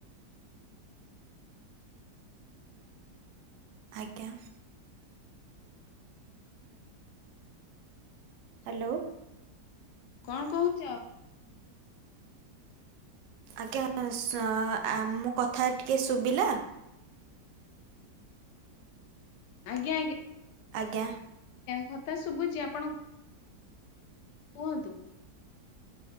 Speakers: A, on the right; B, on the left.
A: ଆଜ୍ଞା। ହ୍ୟାଲୋ।
B: କଣ କହୁଛ?
A: ଆଜ୍ଞା ସ ମୋ କଥା ଟିକେ ଶୁଭିଲା?
B: ଆଜ୍ଞ ଆଜ୍ଞା।
A: ଆଜ୍ଞା।
B: କଥା ଶୁଭୁଛି ଆପଣ କୁହନ୍ତୁ?